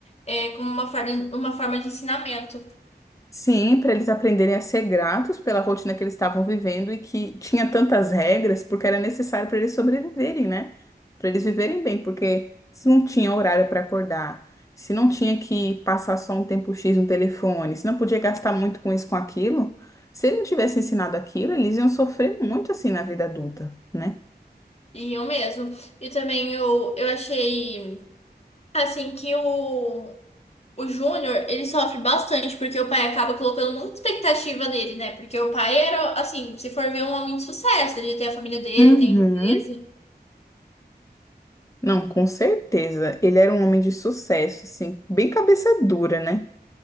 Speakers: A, on the left; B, on the left.
A: É como uma forma, uma forma de ensinamento.
B: Sim, para eles aprenderem a ser gratos pela rotina que eles estavam vivendo e que tinha tantas regras, porque era necessário para eles sobreviverem, né? Para eles viverem bem, porque se não tinha horário para acordar, se não tinha que passar só um tempo X no telefone, se não podia gastar muito com isso, com aquilo, se ele não tivesse ensinado aquilo, eles iam sofrer muito assim na vida adulta, né?
A: Iam mesmo. E também eu, eu achei, assim, que o, o Júnior, ele sofre bastante, porque o pai acaba colocando muita expectativa nele, né? Porque o pai era, assim, se for ver, um homem de sucesso. Ele tem a família dele,
B: Uhum.
A: tem empresa.
B: Não, com certeza. Ele era um homem de sucesso, assim, bem cabeça dura, né?